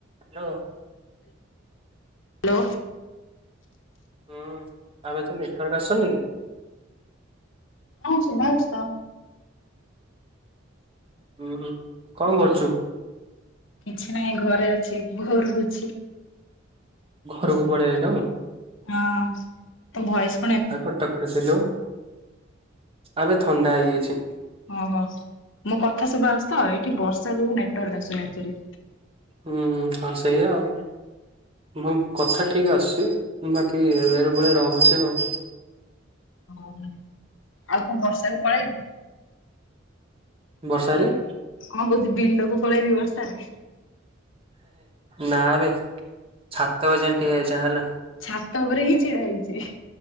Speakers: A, on the right; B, on the left.
A: Hello.
B: Hello.
A: ହୁଁ ଆବେ ତ ନେଟୱାର୍କ ଆସୁନି କି?
B: ହଁ ସୁୁଭା ହଉଛି ତ।
A: ଉୁଁ ହୁଁ କଣ କରୁଛୁ?
B: କିଛି ନାହିଁ ଘରେ ଅଛି ବୋର ହଉଛି।
A: ଘରକୁ ପଳେଇ ଆଇଲୁ?
B: ହଁ ତୋ ଭଏସ୍
A: ତୁ ପା କଟକରେ ଥିଲୁ? ଆବେ ଥଣ୍ଡା ହେଇଯାଇଛି।
B: ଓହୋ। ମୋ କଥା ସୁଭା ହୋଉଛି ତ? ଏଇଠି ବର୍ଷା ଯୋଗୁ ନେଟୱାର୍କ ଆସୁନି ଆକ୍ଚୁଆଲି।
A: ହୁଁ ହୁଁ। ହଁ ସେଇଆା ଆଉ। ହଁ କଥା ଠିକ୍ ଆସଛି। ମୁଁ ବାକି ବେଳେବେଳେ ରପ୍ ରହୁଛି ଆଉ।
B: ଓ ଆଉ କଣ ବର୍ଷା ରେ ପଳେଇବି
A: ବର୍ଷାରେ?
B: କଣ କହୁଛୁ ବିଲକୁ ପଳେଇବି ବର୍ଷାରେ?
A: ନା ଏବେ ଛାତ ଉପରେ ଯାଇ ଠିଆ ହେଇଯା ହେଲା।
B: ଛାତ ଉପରେ ହିଁ ଛିଡା ହେଇଛି।